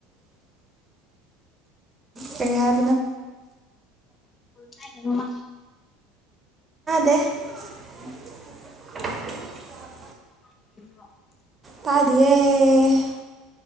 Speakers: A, on the right; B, on the left.
A: ꯀꯔꯤ ꯍꯥꯏ
B: ꯀꯥꯏ ꯀꯩꯅꯣꯃ
A: <unintelligible> <inaudible>
B: ꯍ ꯋꯥ <unintelligible> <inaudible>
A: ꯇꯥꯗꯤꯌꯦ